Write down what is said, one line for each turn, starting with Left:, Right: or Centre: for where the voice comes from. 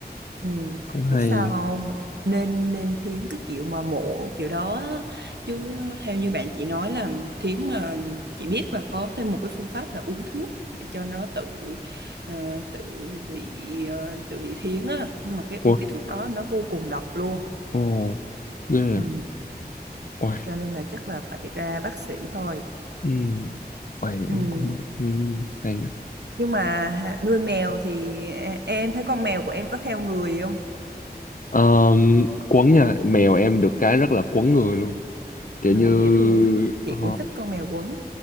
Right: Ừ.
Left: cũng
Right: Biết
Left: hay
Right: sao không? Nên nên thiến cái kiểu mà mộ kiểu đó á. chứ theo như bạn chị nói là thiến mà chị biết là có thêm một cái phương pháp là uống thuốc để cho nó tự ờ, tự bị ờ, tự bị thiến á, nhưng mà cái uống
Left: ôi
Right: cái thuốc đó nó vô cùng độc luôn.
Left: ồ ghê
Right: Ừ.
Left: à ôi
Right: Cho nên là chắc là phải ra bác sĩ thôi.
Left: ừm, ôi
Right: Ừ.
Left: em cũng ừ, hay
Right: Nhưng mà ha- nuôi mèo thì e- em thấy con mèo của em có theo người không?
Left: Ờ, quấn nha mèo em được cái rất là quấn người luôn kiểu
Right: Trời
Left: như
Right: ơi, dễ thương quá. Chị
Left: ờ,
Right: cũng thích con mèo quấn.